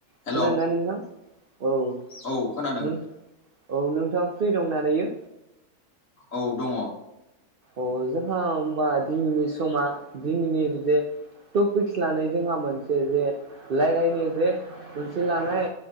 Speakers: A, on the left (about 55°); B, on the right (about 55°).
A: हेलौ
B: खोनादों ना नोंथां औ
A: औ खोनादों
B: नोंथां औ नोंथाङा फ्रि दं ना दायो
A: औ दङ
B: अ जोंहा होमबा दिनैनि समा दिनि बिदि टपिक्स लानाय जोंहा मोनसे जे रायज्लायनो जे मोनसे लानाय